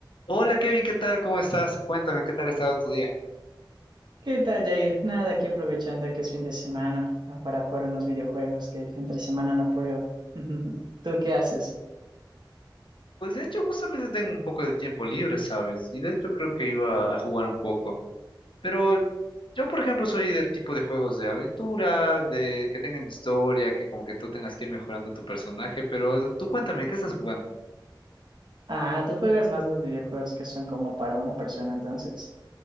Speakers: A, on the left; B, on the right.
A: Hola Kevin, ¿qué tal? ¿Cómo estás? Cuéntame, ¿qué tal ha estado tu día?
B: ¿Qué tal, Jair? Nada, aquí aprovechando que es fin de semana ah, para jugar unos videojuegos que entre semana no puedo. <laughs> ¿Tú qué haces?
A: Pues de hecho, justamente tengo un poco de tiempo libre, ¿sabes? Y de hecho creo que iba a jugar un poco. Pero yo, por ejemplo, soy del tipo de juegos de aventura, de que tengan historia, que como que tú tengas que ir mejorando tu personaje, pero tú cuéntame, ¿qué estás jugando?
B: Ah, tú juegas más los videojuegos que son como para una persona, entonces.